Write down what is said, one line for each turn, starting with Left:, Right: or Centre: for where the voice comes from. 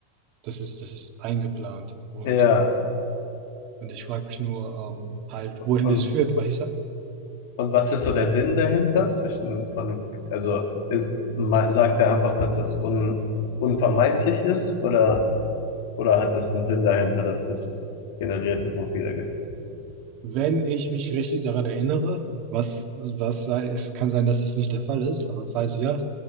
Right: Das ist, das ist eingeplant und
Left: ja.
Right: und ich frage mich nur ähm, halt, wohin
Left: Und
Right: das führt, weil ich, sa-
Left: Und was ist so der Sinn dahinter zwischen von, also ist, ma- sagt er einfach, dass es un, unvermeidlich ist oder, oder hat es einen Sinn dahinter, dass es generierte Profile gibt?
Right: Wenn ich mich richtig daran erinnere, was, was sei, es kann sein, dass das nicht der Fall ist, aber falls ja,